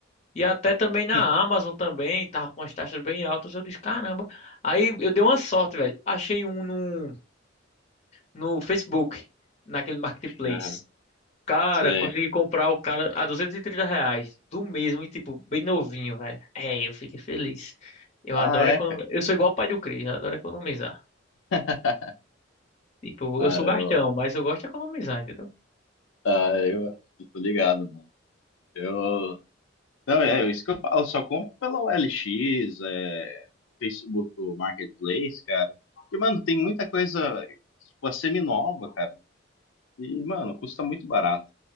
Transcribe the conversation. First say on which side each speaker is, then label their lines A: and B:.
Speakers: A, on the left; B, on the left.
A: E até também na
B: <laughs>
A: Amazon também, tava com as taxas bem altas. Eu disse, caramba. Aí eu dei uma sorte, velho. Achei um no, no Facebook, naquele marketplace.
B: Aham,
A: Cara,
B: sei.
A: consegui comprar o cara a 230 reais do mesmo e, tipo, bem novinho, velho. É, eu fiquei feliz. Eu
B: Ah,
A: adoro
B: é,
A: economizar.
B: cara.
A: Eu sou igual o pai do Cris, eu adoro economizar.
B: <laughs>
A: Tipo,
B: Ah,
A: eu sou
B: eu,
A: gastão, mas eu gosto de economizar, entendeu?
B: ah, eu, eu tô ligado, mano. Eu, não, é isso que eu falo, só compro pela O L X é, Facebook Marketplace, cara. Porque, mano, tem muita coisa, tipo, a semi-nova, cara. E, mano, custa muito barato.